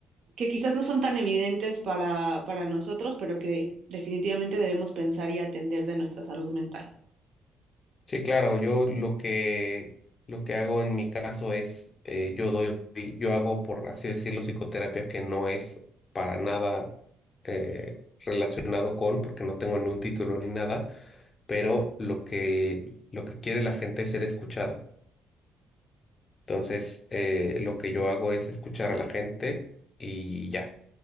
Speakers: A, on the right (about 65°); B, on the left (about 35°).
A: que quizás no son tan evidentes para, para nosotros, pero que definitivamente debemos pensar y atender de nuestra salud mental.
B: Sí, claro, yo lo que lo que hago en mi caso es eh, yo doy, yo hago por así decirlo, psicoterapia que no es para nada eh, relacionado con, porque no tengo ni un título ni nada, pero lo que, lo que quiere la gente es ser escuchada. Entonces, eh, lo que yo hago es escuchar a la gente y ya.